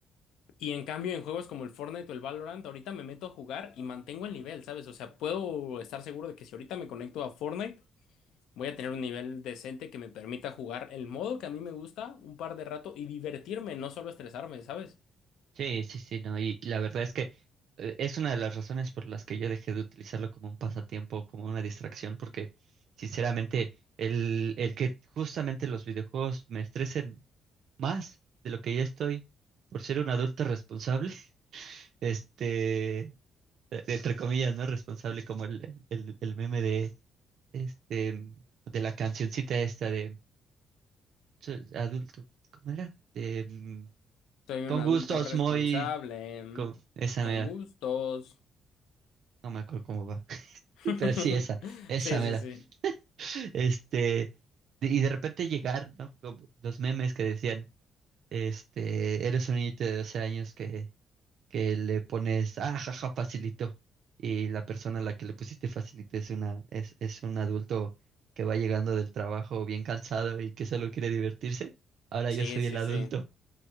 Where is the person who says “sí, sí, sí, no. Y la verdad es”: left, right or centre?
Right